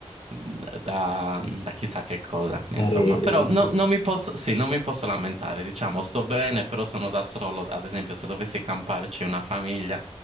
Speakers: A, on the right; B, on the left.
A: mhmm, da, da chissà che cosa,
B: Dare,
A: insomma. Però
B: eh, una
A: no-
B: freccia.
A: non mi posso, sì, non mi posso lamentare, diciamo, sto bene, però sono da solo. Ad esempio, se dovessi camparci una famiglia,